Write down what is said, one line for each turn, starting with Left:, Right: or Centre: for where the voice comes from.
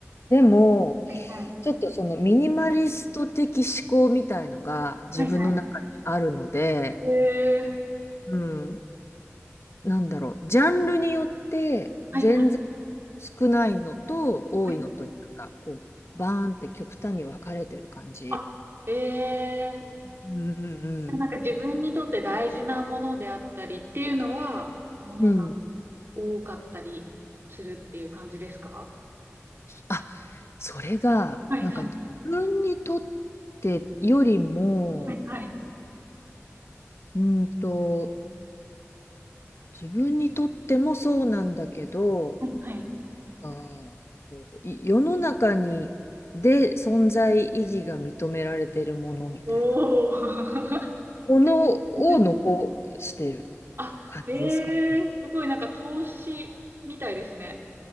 Left: でも、
Right: えはいはい。
Left: ちょっとそのミニマリスト的思考みたいのが自分の中にあるので、
Right: はいはい。えー、
Left: うん、なんだろう、ジャンルによって全然
Right: はいはい。
Left: 少ないのと多いのと、
Right: はい
Left: なんかこう、バーンって極端に分かれてる感じ。
Right: あ、えー、
Left: うんうん
Right: なんか自分にとって大事なものであったりっていうのは、物が
Left: うん。うん
Right: 多かったりするっていう感じですか
Left: あ、それが、
Right: はいはい。
Left: なんか自分にとってよりも、
Right: はいはい、
Left: うんと、自分にとってもそうなんだけど、
Right: はいはい。
Left: あー、こうい世の中に、で存在意義が認められてるものみたいな
Right: おー。
Left: ものを残してる
Right: <laughs> あ、
Left: 感じですかね。
Right: へえー、すごいなんか投資みたいですね。